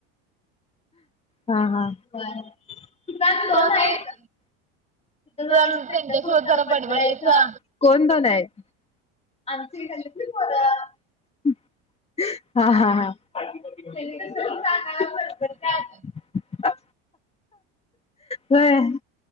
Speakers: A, on the left; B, on the right.
A: हा हा बर <unintelligible>
B: पण दोन आहेत.
A: <unintelligible>
B: पण त्यांच्यासोबत जरा
A: बडबडायच,
B: बडबडायचा.
A: कोण दोन आहेत? आमची गल्लीतली पोरं हा हा ह. सगळीजण मिळून जाणार हाय गणपती आण
B: जातात.
A: होय.